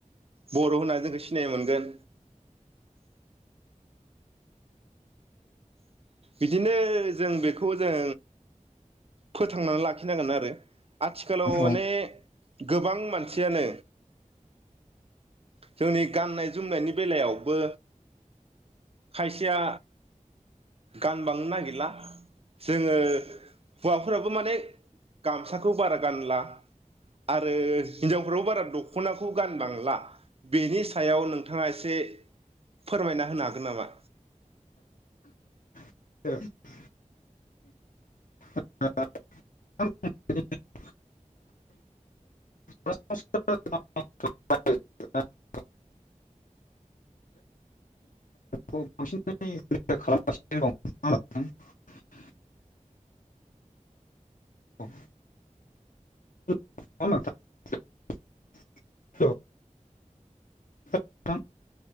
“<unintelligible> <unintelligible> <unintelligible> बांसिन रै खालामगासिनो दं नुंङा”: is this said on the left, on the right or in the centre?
Left